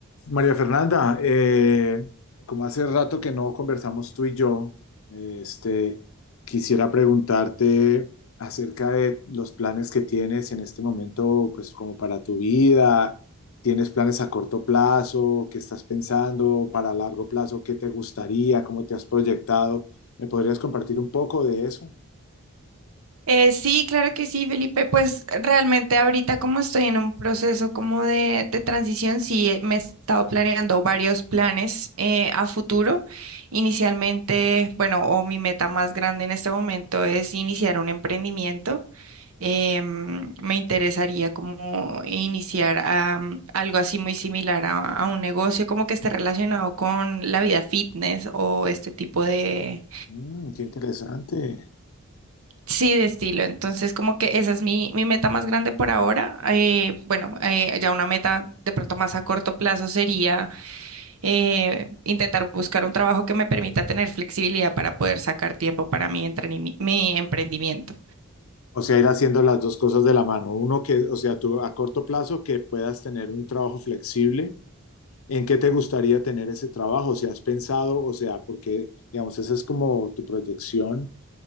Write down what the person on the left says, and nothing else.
María Fernanda, eh, como hace rato que no conversamos tú y yo, eh, este, quisiera preguntarte acerca de los planes que tienes en este momento, pues como para tu vida, ¿tienes planes a corto plazo? ¿Qué estás pensando para largo plazo? ¿Qué te gustaría? ¿Cómo te has proyectado? ¿Me podrías compartir un poco de eso?
Mm, qué interesante.
O sea, ir haciendo las dos cosas de la mano. Uno que, o sea, tú a corto plazo que puedas tener un trabajo flexible ¿En qué te gustaría tener ese trabajo? O sea, ¿has pensado, o sea, porque, digamos, esa es como tu proyección,